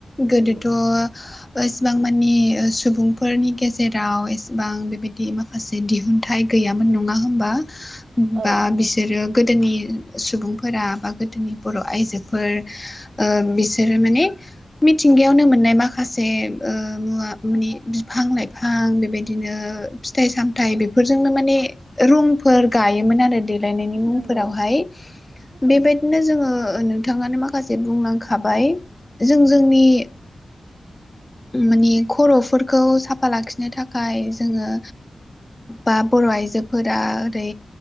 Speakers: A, on the left (about 25°); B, on the right (about 80°).
A: गोदोथ'
B: नंगौ
A: एसेबां मानि सुबुंफोरनि गेजेराव एसेबां बेबायदि माा माखासे दिहुनथाइ गैयामोन नङा होनबा
B: औ
A: बिसोरो गोदोनि सुबुंफोरा बा गोदोनि बर' आइजोफोर बिसोरो माने मिथिंगायावनो मोननाय माखासे मुवा मानि बिफां लाइफां बिफां बेबायदिनो फिथाइ सामथ बेफोरजोंनो माने रुमफोर गायोमोन आरो देलायनायनि मुंफोरावहाय
B: नंगौ
A: बेबायदिनो
B: औ
A: जोङो नोंथाङानो माखासे बुंलांखाबाय जों जोंनि माने खर'फोरखौ साफा लाखिनो थाखाय जोङो बा बर' आइजोफोरा ओरै